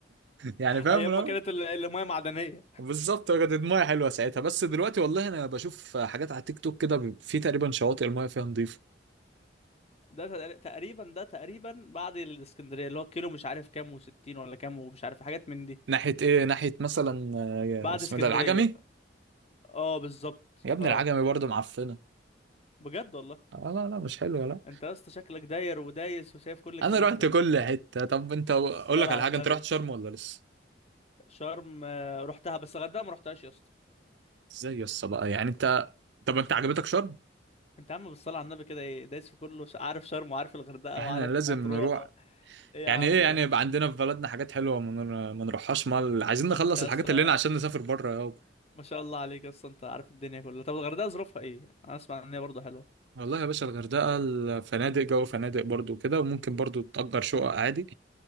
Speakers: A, on the right; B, on the left.
A: يعني فاهم
B: ايام
A: لا
B: ما كانت ال- الميه معدنيه
A: بالظبط كانت المايه حلوة ساعتها بس دلوقتي والله أنا بشوف حاجات على تيك توك كده بي- في تقريبا شواطئ المايه فيها نظيفة
B: ده تقر- تقريبا ده تقريبا بعد الاسكندريه اللي هو كيلو مش عارف كام وستين ولا كام ومش عارف حاجات من دي
A: ناحية إيه ناحية مثلا آه، يا-
B: بعد
A: اسمه
B: اسكندريه
A: إيه ده العجمي
B: بقى. اه بالظبط
A: يا ابني
B: اه
A: العجمي برضه معفنة
B: بجد والله
A: آه لا لا مش حلوة لا
B: انت يا اسطى شكلك داير ودايس وشايف كل الكلام
A: أنا رحت
B: ده
A: كل حتة طب أنت أقول
B: بالصلاة
A: لك على
B: على
A: حاجة
B: النبي
A: أنت رحت شرم ولا لسه؟
B: شرم آه، رحتها بس الغردقة ما رحتهاش يا اسطى
A: إزاي يا اسطى بقى يعني أنت طب أنت عجبتك شرم؟
B: انت يا عم بالصلاة على النبي كده ايه دايس في كله ش- عارف شرم وعارف الغردقة
A: احنا
B: وعارف
A: لازم
B: مطروح
A: نروح
B: و... ايه يا
A: يعني
B: عم
A: ايه
B: ده
A: يعني يبقى عندنا في بلدنا حاجات حلوه ما نر- ما نروحهاش مال عايزين نخلص
B: انت يا
A: الحاجات
B: اسطى
A: اللي لنا عشان نسافر بره يابا
B: ما شاء الله عليك يا اسطى انت عارف الدنيا كلها طب الغردقة ظروفها ايه انا اسمع ان هي برضه حلوة
A: والله يا باشا الغردقه الفنادق جو فنادق برضو كده وممكن برضو تأجر شقق عادي